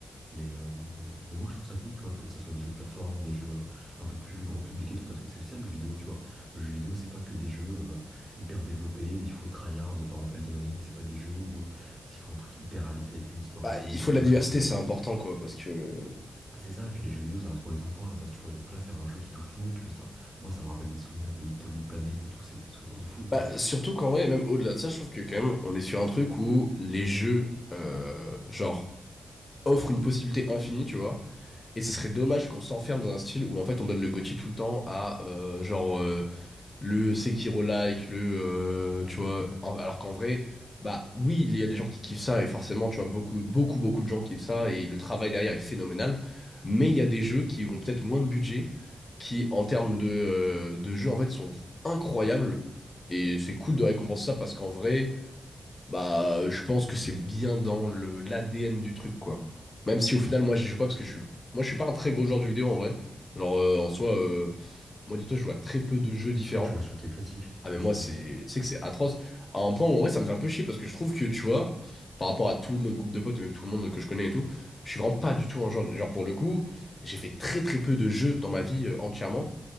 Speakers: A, on the right (about 30°); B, on the left (about 35°).
A: Mais, euh, mais moi, je trouve ça cool, tu vois, que ça soit des jeux de plateforme, des jeux un peu plus grand public et tout, parce que c'est aussi ça, le jeu vidéo, tu vois. Le jeu vidéo, c'est pas que des jeux euh, hyper développés où il faut tryhard, par exemple Elden Ring, c'est pas des jeux où euh, il faut un truc hyper réaliste avec une histoire
B: Bah,
A: un peu
B: il
A: what the
B: faut
A: fuck,
B: de la diversité,
A: genre The Last
B: c'est
A: of
B: important
A: Us.
B: quoi parce que
A: Bah, c'est ça, et puis les jeux vidéo, ça reste pour les enfants à la base, tu vois. Donc là, faire un jeu qui touche tout le monde, tu vois, ça, moi, ça me rappelle des souvenirs de Little Big Planet et tout, c'est des souvenirs de fou que
B: bah
A: j'ai, tu
B: surtout
A: vois.
B: qu'en vrai même au-delà de ça, je trouve que quand même on est sur un truc où les jeux euh, genre offrent une possibilité infinie, tu vois. Et ce serait
A: Mm.
B: dommage qu'on s'enferme dans un style où en fait on donne le GOTY tout le temps à euh, genre euh, le Sekiro-like, le euh, tu vois, en- alors qu'en vrai, bah oui, il y a des gens qui kiffent ça et forcément, tu vois, beaucoup, beaucoup, beaucoup de gens kiffent ça et le travail derrière est phénoménal. Mais il y a des jeux qui ont peut-être moins de budget, qui en termes de, euh, de jeux en fait sont incroyables et c'est cool de récompenser ça parce qu'en vrai. Bah, euh, je pense que c'est bien dans le l'ADN du truc, quoi. Même si au
A: Ouais.
B: final, moi, j'y joue pas parce que je suis, moi, je suis pas un très gros joueur de jeux vidéo en vrai. Genre, euh, en soi, euh, moi, dis-toi, je joue à très peu de jeux différents.
A: Ouais, tu restes sur tes classiques,
B: Ah,
A: tu
B: mais
A: restes
B: moi,
A: sur
B: c'est,
A: tes classiques.
B: tu sais que c'est atroce. À un point où en vrai, ça me fait un peu chier parce que je trouve que, tu vois, par rapport à tout notre groupe de potes et même tout le monde que je connais et tout, je suis vraiment pas du tout un genre, genre pour le coup, j'ai fait très très peu de jeux dans ma vie euh, entièrement.